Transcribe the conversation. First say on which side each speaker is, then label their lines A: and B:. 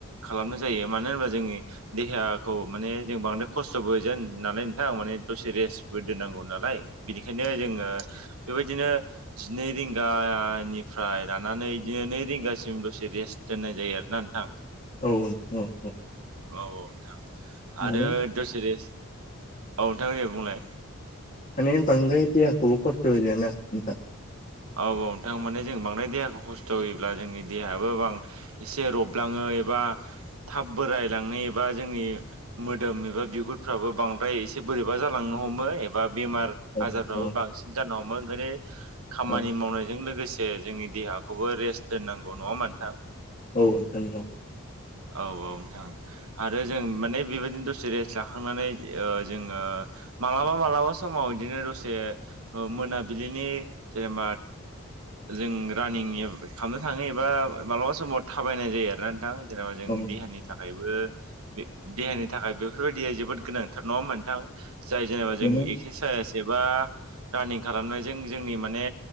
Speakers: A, on the right; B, on the left.
A: खालामनाय जायो मानो होनबा जोंनि देहाखौ माने जों बांद्राय खस्थ'बो होजाया नालाय नोंथां माने दसे रेस्टबो दोननांगौ नालाय बिनिखायनो जोङो बेबायदिनो जिनै रिंगानिफ्राय लानानै बिदिनो नै रिंगासिम दसे रेस्ट दोननाय जायो आरोना नोंथां
B: औ औ औ
A: औ औ नोंथां
B: माने
A: आरो दसे रेस्ट औ नोंथां दे बुंलाय
B: माने बांद्राय देहाखौबो खस्थ होजायाना नोंथां
A: औ औ नोंथां माने जों बांद्राय देहाखौ खस्थ' खस्थ' होयोब्ला जोंनि देहायाबो बां एसे रबलाङो एबा थाब बोरायलांनो एबा जोंनि मोदोम एबा बिगुरफ्राबो बांद्राय एसे बोरैबा जालां नो हमो एबा बेमार
B: औ
A: आजारफ्राबो
B: औ
A: बांसिन जानो हमो ओंखायनो खामानि
B: औ
A: मावनायजों लोगोसे जोंनि देहाखौबो रेस्ट दोननांगौ नङा होमबा नोंथां
B: औ
A: औ औ नोंथां आरो जों माने बेबायदिनो दसे रेस्ट लाखांनानै ओ जोङो मालाबा मालाबा समाव बिदिनो दसे ओ मोनाबिलिनि जेनेबा जों रानिं खालामनो थाङो एबा मालाबा समाव थाबायनाय जायो आरोना नोंथां। जेन'बा जों
B: औ
A: देहानि थाखायबो देहानि थाखाय बेफोरबायदिया जोबोद गोनांथार। नङा होनबा नोंथां? जाय जेनेबा जों
B: माने
A: एक्सारसाइस एबा रानिं खालामनायजों जोंनि माने